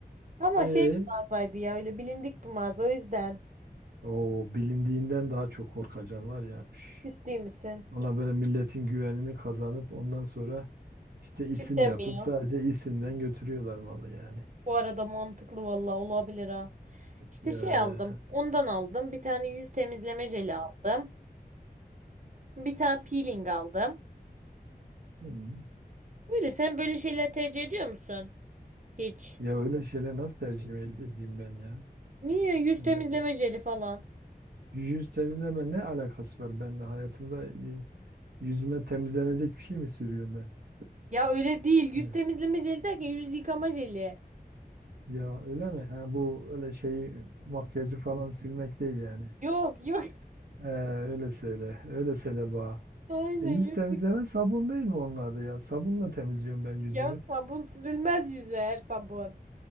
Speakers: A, on the right (about 50°); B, on the right (about 80°).
A: Ama
B: E
A: şey bir mağazaydı ya öyle bilindik bir mağaza o yüzden.
B: o bilindiğinden daha çok korkacan var ya. Üf.
A: Ciddi misin?
B: Ona böyle milletin güvenini kazanıp ondan sonra işte isim
A: Ciddi
B: yapıp
A: mi
B: sadece isimden götürüyorlar malı yani.
A: Bu arada mantıklı valla olabilir ha. İşte
B: Ya
A: şey aldım.
B: ya.
A: Ondan aldım. Bir tane yüz temizleme jeli aldım. Bir tane peeling aldım.
B: Hmm.
A: Böyle sen böyle şeyler tercih ediyor musun? Hiç.
B: Ya öyle şeyler nasıl tercih edeyim ben ya?
A: Niye? Yüz
B: Öyle.
A: temizleme jeli falan.
B: Yüz temizleme ne alakası var benimle? Hayatımda y- yüzüme temizlenecek bir şey mi sürüyorum ben? <laughs>
A: Ya öyle değil. Yüz
B: Evet.
A: temizleme jeli derken yüz yıkama jeli.
B: Ya öyle mi? Ha, bu öyle şey makyajı falan silmek değil yani.
A: Yok yok.
B: Ee, öyle söyle. Öyle söyle bana.
A: <laughs> Aynen
B: E, yüz
A: yüz
B: temizleme
A: yık-
B: sabun değil mi onun adı ya? Sabunla temizliyorum ben yüzümü.
A: Ya sabun sürülmez yüze her sabun.